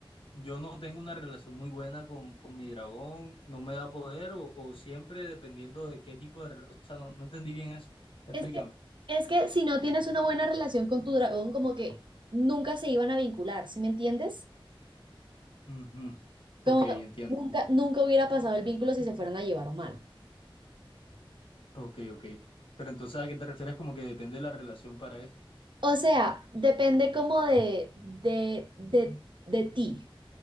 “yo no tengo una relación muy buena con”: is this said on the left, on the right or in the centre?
Left